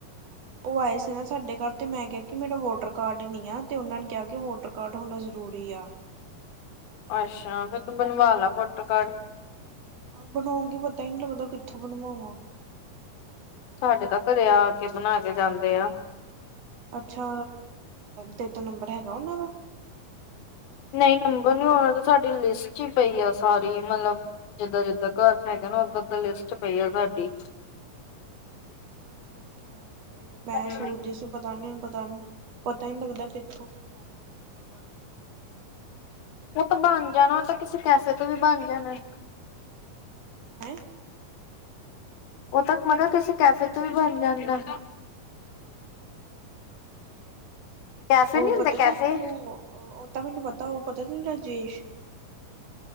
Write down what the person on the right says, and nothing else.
ਉਹ ਆਏ ਸੀ ਨਾ ਸਾਡੇ ਘਰ ਤੇ ਮੈਂ ਕਿਹਾ ਕਿ ਮੇਰਾ ਵੋਟਰ ਕਾਰਡ ਨੀ ਆ ਤੇ ਉਹਨਾ ਨੇ ਕਿਹਾ ਕਿ ਵੋਟਰ ਕਾਰਡ ਹੋਣਾ ਜ਼ਰੂਰ ਰੀ ਆ।
ਹਾ, ਬਣਾਉਗੀ ਪਤਾ ਹੀ ਨੀ ਲੱਗਦਾ ਕਿੱਥੋ ਬਣਵਾਵਾ?
ਅੱਛਾ ਤੇ ਕੋਲ ਨੰਬਰ ਹੈਗਾ ਉਹਨਾ ਦਾ?
<unintelligible> ਅੱਛਾ ਅੱਛਾ, ਤੇ ਮੈ
ਸੋਚਦੀ ਸੀ ਪਤਾ ਨੀ ਪਤਾ ਨੀ ਪਤਾ ਈ ਨੀ ਲੱਗਦਾ ਕਿੱਥੋ ਕਰਵਾਵਾ ਮੈਂ ਵੋਟਰ ਕਾਰਡ ਬਣਵਾਵਾ?
ਹੈ?
ਉਹ
ਪਤਾ
ਤੈਨੂੰ ਉਹ ਤਾ ਮੈਨੂੰ ਪਤਾ ਉਹਤਾ। ਤੈਨੂੰ ਰਾਜੇਸ਼ <inaudible>